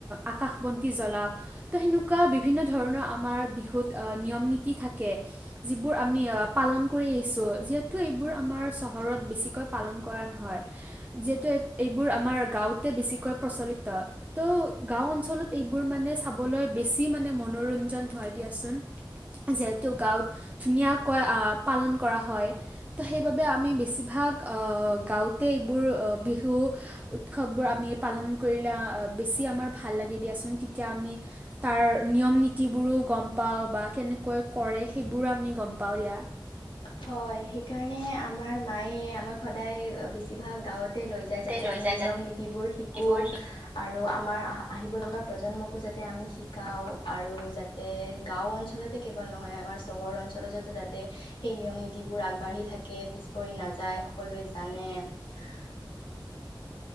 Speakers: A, on the right; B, on the left.
A: আকাশ বাতি জ্বলাও। ত সেনেকুৱা বিভিন্ন ধৰণৰ আমাৰ বিহুত নিয়ম নীতি থাকে। যিবোৰ আমি পালন কৰি আহিছোঁ যিহেতু এইবোৰ আমাৰ চহৰত বেছিকৈ পালন কৰা নহয়। যিহেতু এইবোৰ আমাৰ গাঁওতে বেছিকৈ প্ৰচলিত ত' গাঁও অঞ্চলত এই এইবোৰ মানে চাবলৈ বেছি মানে মনোৰঞ্জন হয় দিয়াচোন যিহেতু গাঁৱত। ধুনীয়াকৈ পালন কৰা হয় তো সেইবাবে আমি বেছিভাগ গাঁৱতে। বোৰ বিহু উৎসৱবোৰ আমি পালন কৰিলে বেছি আমাৰ ভাল লাগে দিয়াচোন। আমি তাৰ নিয়ম নীতিবোৰো গম পাওঁ বা কেনেকৈ কৰে সেইবোৰো আমি গম পাওঁ ইয়া
B: হয় সেইকাৰণে আমাৰ মায়ে আমাক সদায় বেছিভাগ গাঁৱত লৈ যায়
A: তে
B: যাতে
A: লৈ
B: আমি
A: যায়
B: নিয়ম
A: যাতে
B: নীতিবোৰ শিকোঁ
A: যিবোৰ
B: আৰু আমাৰ আহিব লগা প্ৰজন্মকো যাতে আমি শিকাওঁ আৰু যাতে গাঁও অঞ্চলতে কেৱল নহয় আমাৰ চহৰ অঞ্চলত যাতে সেই নিয়ম নীতিবোৰ আগবাঢ়ি থাকে পিছ পৰি নাযায় সকলোৱে জানে
A: <inaudible>